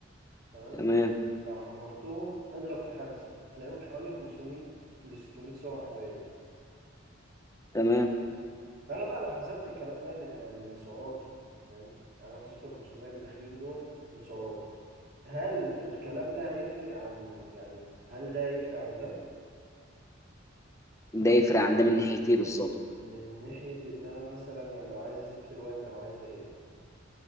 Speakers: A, on the right; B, on the left.
A: تمام
B: تمام
A: لو حمرتهم اضرب في خمسة تلاقيهم حوالي 500 ل 600 سعر حراري
B: تمام
A: فانا بقى لو حسبت الكلام ده من آه، من سعراتي فاهم يعني لو حسبت ال 500 اللي داخلين دول من سعراتي هل الكلام ده هيفرق عن يعني هل ده هيفرق عن ده
B: ده يفرق عن ده من ناحيه ايه بالظبط
A: من ناحية ان انا مثلا يعني لو عايز ازيد في الوزن او عايز اقل